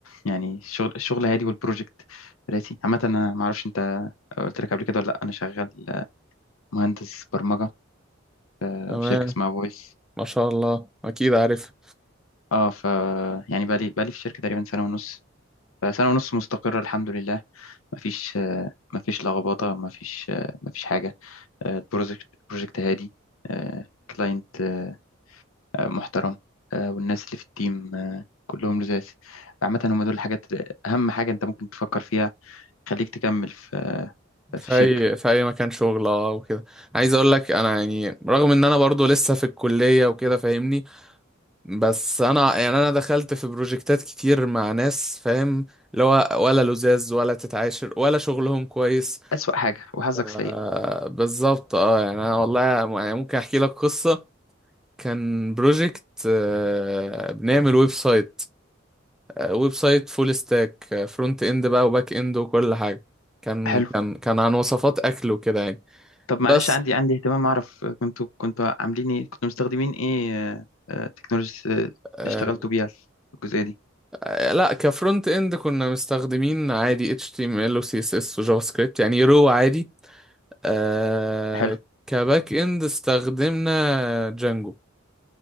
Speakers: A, on the left; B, in the centre.
A: يعني الشغل الشغل هادي والبروجكت راسي عامه انا ما اعرفش انت قلت لك قبل كده ولا لا انا شغال آه، مهندس برمجه آه،
B: تمام
A: في شركه اسمها فويس
B: ما شاء الله اكيد عارف
A: اه ف يعني بقالي بقالي في الشركة تقريبا سنة ونص فسنة ونص مستقرة الحمد لله مفيش مفيش لخبطة مفيش مفيش حاجة آه، البروجكت بروجكت هادي آه، كلاينت آه، آه، محترم آه، والناس اللي في التيم آه، كلهم لزاز عامة هم دول الحاجات اللي- أهم حاجة أنت ممكن تفكر فيها خليك تكمل في
B: في
A: في الشركة
B: اي في اي مكان شغل اه وكده عايز اقول لك انا يعني رغم ان انا برضو لسه في الكليه وكده فاهمني بس انا يعني انا دخلت في بروجكتات كتير مع ناس فاهم اللي هو ولا لزاز ولا تتعاشر ولا شغلهم كويس
A: أسوأ حاجة وحظك
B: آه
A: سيء
B: بالظبط اه يعني انا والله يعني ممكن احكي لك قصه كان بروجكت آه بنعمل ويب سايت آه ويب سايت فول ستاك آه فرونت اند بقى وباك اند وكل حاجه كان
A: حلو
B: كان كان عن وصفات اكل وكده يعني
A: طب
B: بس
A: معلش عندي عندي اهتمام أعرف كنتوا كنتوا عاملين إيه كنتوا مستخدمين إيه تكنولوجيا اللي
B: آه،
A: اشتغلتوا بيها في الجزئية دي
B: آه، لا كفرونت اند كنا مستخدمين عادي HTML و CSS و جافا سكريبت يعني رو عادي آه
A: حلو
B: كباك اند استخدمنا جانجو